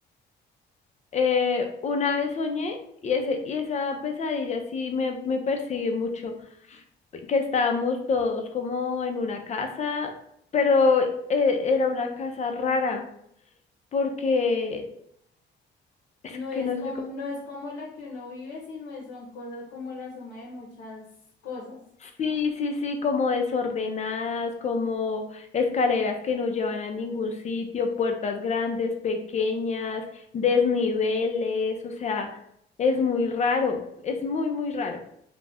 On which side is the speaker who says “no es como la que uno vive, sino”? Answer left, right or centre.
Left